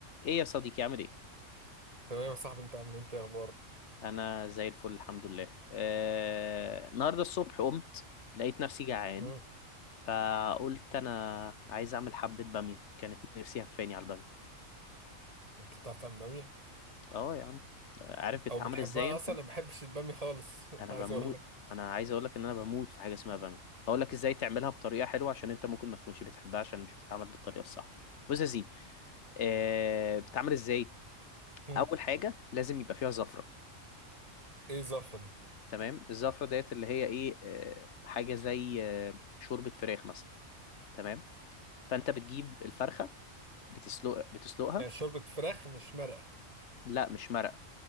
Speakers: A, on the left; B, on the right.
A: ايه يا صديقي عامل ايه
B: تمام يا صاحبي انت عامل ايه؟ انت ايه اخبارك
A: انا زي الفل الحمد لله آه... النهارده الصبح قمت لقيت نفسي جعان
B: مم.
A: فقلت انا عايز اعمل حبة بامية كانت نفسي هفاني على البامية
B: انت بتعرف تعمل باميه
A: اه يا عم عارف بتتعمل
B: او بتحبها
A: ازاي انت
B: اصلا انا ما بحبش الباميه خالص <laughs>
A: انا
B: عايز
A: بموت
B: اقول لك
A: انا عايز اقولك ان انا بموت في حاجة اسمها بامية هقول لك ازاي تعملها بطريقة حلوة عشان انت ممكن ما تكونش بتحبها عشان مش بتتعمل بالطريقة الصح بص يا سيدي آه... بتتعمل ازاي
B: مم.
A: اول حاجة لازم يبقى فيها زفرة
B: ايه الزفره دي
A: تمام الزفرة ديت اللي هي ايه آه، حاجة زي آه، شوربة فراخ مثلا تمام فانت بتجيب الفرخة بتسلق بتسلقها
B: يعني شوربه فراخ مش مرقه
A: لا مش مرقة